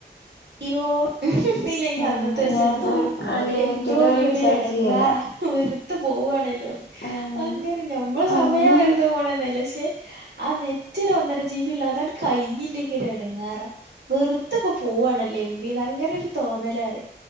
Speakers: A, on the right; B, on the left.
A: തിരോ കിട്ടീല്ലെങ്കിൽ
B: ഉം
A: അന്നത്തെസം
B: ഞാന്
A: എന്തോ ഒരു പോരെ
B: അൺലിമിറ്റഡ്
A: എര്ന്തോര്
B: റീചാർജ്
A: ഒര് എടങ്ങാറാ
B: ചെയ്യലാ
A: വെർതെ പോവാണല്ലോന്ന്
B: ഉം
A: അങ്ങനെ ഞമ്മളെ സമയം
B: ഉം
A: വെറ് ർതെപോണ്ന്നെല്ല ക്ഷെ ആ നെന്റെരു ഒന്നര ജീബിള്ളതാങ്ങട്ട് കഴിഞ്ഞില്ലെങ്കി ഒരെടങ്ങേറാ വെർതെ ഇപ്പൊ പോവാണല്ലേ എംബിന്ന് അങ്ങനൊര് തോന്നലാണ്